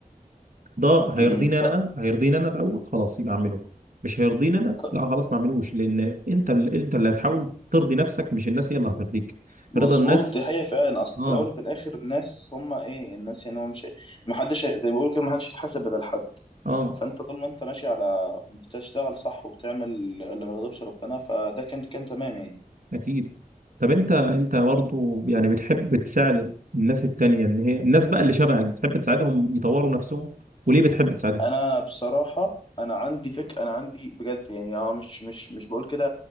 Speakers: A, on the right; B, on the left.
A: ده هيرضيني
B: امم
A: انا
B: ط-
A: هيرضيني انا الاول خلاص يبقى اعمله مش هيرضيني انا
B: ط-
A: لا خلاص ما اعملوش لان انت اللي انت اللي هتحاول ترضي نفسك مش الناس هي اللي هترضيك
B: مظبوط
A: رضا الناس
B: دي حقيقة فعلا اصل
A: اه
B: في الاول وفي الاخر الناس هم ايه الناس يعني هو مش محدش هي- زي ما بيقولوا كده محدش يتحاسب بدل حد
A: اه
B: فانت طول ما انت ماشي على بتشتغل صح وبتعمل اللي ما يغضبش ربنا فده كان كان تمام يعني
A: اكيد طب انت انت برضو يعني بتحب تساعد الناس التانية ان هي الناس بقى اللي شبهك بتحب تساعدهم يطوروا نفسهم وليه بتحب تساعدهم
B: انا بصراحه انا عندي فك انا عندي بجد يعني اه مش مش مش بقول كده